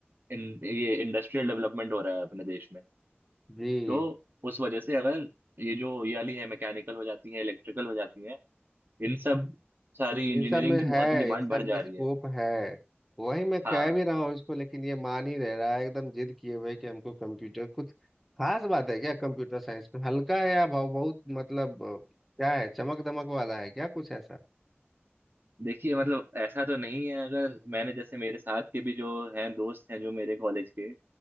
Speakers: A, on the right; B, in the centre.
A: इन, ये इंडस्ट्रियल डेवलपमेंट हो रहा है अपने देश में
B: जी
A: तो उस वजह से अगर ये जो ये वाली है मैकेनिकल हो जाती है इलेक्ट्रिकल हो जाती है इन सब सारी इंजीनियरिंग
B: इन सब में
A: की
B: है
A: बहुत ही डिमांड
B: इन सब
A: बढ़
B: में
A: जा
B: स्कोप
A: रही है
B: है वही मैं
A: हाँ
B: कह भी रहा हूँ इसको लेकिन ये मान ही रह रहा है एकदम जिद किए हुए कि हमको कंप्यूटर कुछ खास बात है क्या कंप्यूटर साइंस में हल्का है या भाव बहुत मतलब अ, क्या है चमक दमक वाला है क्या कुछ ऐसा
A: देखिए मतलब ऐसा तो नहीं है अगर मैंने जैसे मेरे साथ के भी जो हैं दोस्त हैं जो मेरे कॉलेज के